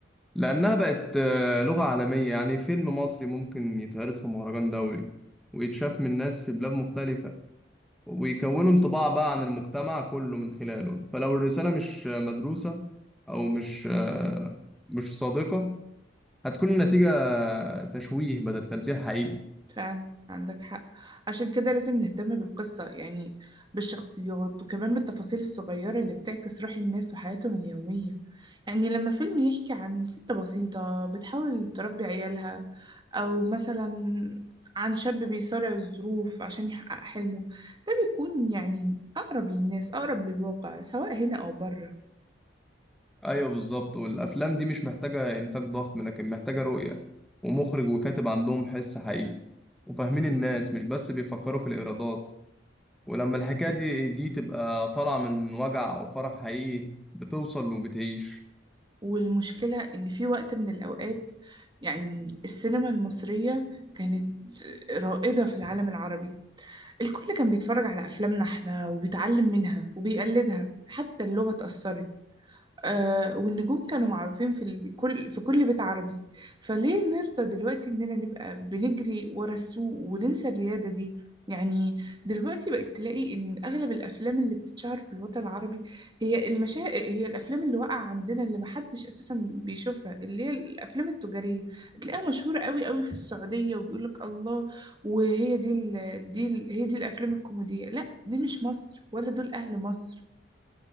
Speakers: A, in the centre; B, on the right.
A: لأنها بقت آه، لغة عالمية يعني فيلم مصري ممكن يتعرض في مهرجان دولي ويتشاف من ناس في بلاد مختلفة ويكونوا انطباع بقى عن المجتمع كله من خلاله فلو الرسالة مش آه، مدروسة أو مش آه، مش صادقة هتكون النتيجة تشويه بدل تمثيل حقيقي
B: فعلا عندك حق عشان كده لازم نهتم بالقصة يعني بالشخصيات وكمان بالتفاصيل الصغيرة اللي بتعكس روح الناس وحياتهم اليومية يعني لما فيلم يحكي عن ست بسيطة بتحاول تربي عيالها أو مثلا عن شاب بيصارع الظروف عشان يحقق حلمه ده بيكون يعني أقرب للناس أقرب للواقع سواء هنا أو بره
A: ايوه بالظبط والافلام دي مش محتاجه انتاج ضخم لكن محتاجه رؤيه ومخرج وكاتب عندهم حس حقيقي وفاهمين الناس مش بس بيفكروا في الايرادات ولما الحكايه دي دي تبقى طالعه من وجع او فرح حقيقي بتوصل وبتعيش
B: والمشكلة إن في وقت من الأوقات يعني السينما المصرية كانت رائدة في العالم العربي الكل كان بيتفرج على أفلامنا احنا وبيتعلم منها وبيقلدها حتى اللغة اتأثرت آه والنجوم كانوا معروفين في ال- كل في كل بيت عربي فليه نرضى دلوقتي إننا نبقى بنجري ورا السوق وننسى الريادة دي يعني دلوقتي بقت تلاقي إن أغلب الأفلام اللي بتتشهر في الوطن العربي هي المشا... هي الأفلام اللي واقعة عندنا اللي محدش أساسا بيشوفها اللي هي الأفلام التجارية تلاقيها مشهورة قوي قوي في السعودية وبيقولك الله وهي دي ال... دي ال... هي دي الأفلام الكوميدية لا دي مش مصر ولا دول أهل مصر